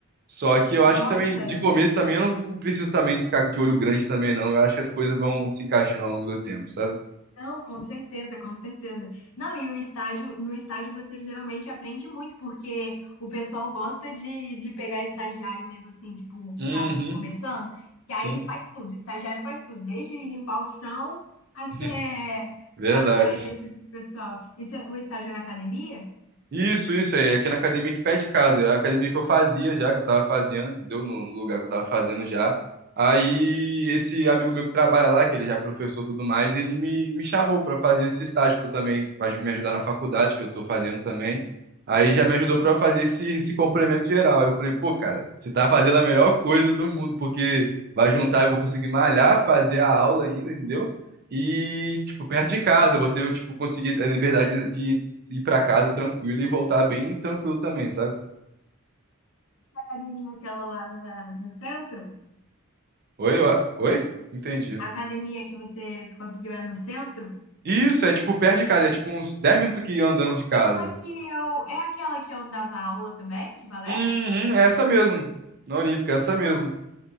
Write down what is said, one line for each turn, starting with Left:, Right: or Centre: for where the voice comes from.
Right: Só que eu acho
Left: Nossa,
Right: que também de começo também eu não preciso também ficar de olho grande também não. Eu acho que as coisas vão se encaixando ao longo do tempo, sabe?
Left: não, com certeza, com certeza. Não, e o estágio, no estágio você geralmente aprende muito, porque o pessoal gosta de, de pegar estagiário mesmo assim, tipo, que
Right: Uhum,
Left: tá começando,
Right: sim,
Left: que aí faz tudo, o estagiário faz tudo, desde limpar o chão até
Right: <laughs> verdade.
Left: passar exercício pro pessoal. Isso é o estágio na academia?
Right: Isso, isso, é aqui na academia que pé de casa, é a academia que eu fazia já, que eu tava fazendo, entendeu? No no lugar que eu tava fazendo já. Aí esse amigo meu que trabalha lá, que ele já é professor e tudo mais, ele me, me chamou pra fazer esse estágio tipo, também, pra me ajudar na faculdade, que eu tô fazendo também. Aí já me ajudou pra eu fazer esse, esse complemento geral. Aí eu falei, pô, cara, você tá fazendo a melhor coisa do mundo, porque vai juntar, eu vou conseguir malhar, fazer a aula ainda, entendeu? E, tipo, perto de casa, eu vou ter, eu, tipo, conseguir a liberdade de ir pra casa tranquilo e voltar bem tranquilo também, sabe?
Left: academia aquela lá no, na- no centro?
Right: Oi? Eu- Oi? Entendi.
Left: A academia que você conseguiu é no centro?
Right: Isso, é tipo perto de casa, é tipo uns 10 minutos que ia andando de casa.
Left: Aquela que eu. É aquela que eu dava aula também, de balé?
Right: Uhum, é essa mesmo. Na Olímpica, é essa mesmo.
Left: Nossa.